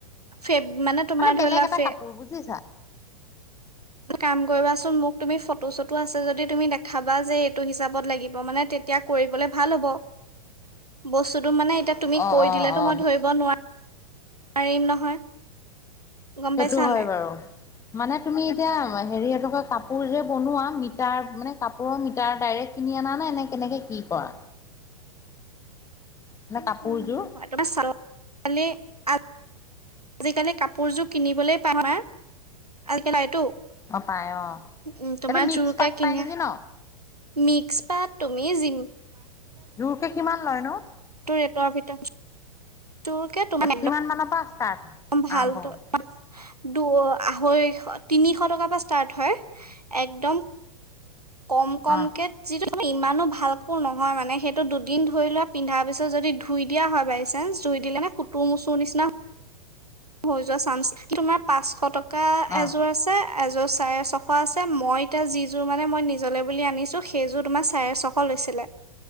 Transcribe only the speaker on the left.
বেলেগ
এটা
কাপোৰ বুজিছা।
অ
অ
অ
সেইটো
হয়
বাৰু মানে তুমি এতিয়া। হেৰি এটো কি কয় কাপোৰ যে বনোৱা মিটাৰ মানে কাপোৰৰ মিটাৰ ডাইৰেক কিনি আনা নে এনে কেনেকে। কি কৰা। মানে
কাপোৰযোৰ?
অ পায় অ।
এইটো মিক্স
পাত
পাই নেকি ন?
জোৰকে কিমান লয় নো।
কিমান মানৰ পৰা ষ্টাৰ্ট হয়?
আৰম্ভ
হয়?
অহ
অহ